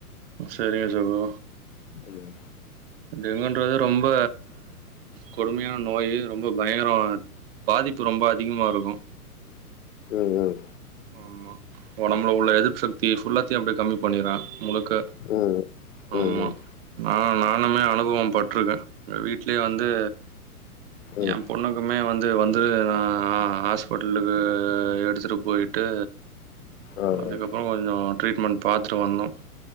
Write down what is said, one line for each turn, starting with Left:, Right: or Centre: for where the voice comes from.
Right: சேரிங்க சகோ
Left: ம்
Right: டெங்குன்றது ரொம்ப கொடுமையான நோயி ரொம்ப பயங்கரமானது பாதிப்பு ரொம்ப அதிகமா இருக்கு
Left: ம் ம்
Right: ஆமா ஒடம்புல உள்ள எதிர்ப்பு சக்திய ஃபுல்லாத்தையு அப்டியே கம்மி பண்ணிரு முழுக்க
Left: ம்
Right: ஆமா
Left: ம் ம்
Right: நா நானுமே அனுபவ பட்ருக்கே அந்த வீட்லயே வந்து
Left: ம்
Right: எ பொண்ணு க்குமே வந்து வந்து நா ஆ ஹாஸ்பிட்டலுக்கு எடுத்துட்டு போய் ட்டு
Left: ஆ ஆ
Right: அதுக்கப்பற கொஞ்ச ட்ரீட்மென்ட் பாத்துட்டு வந்தோ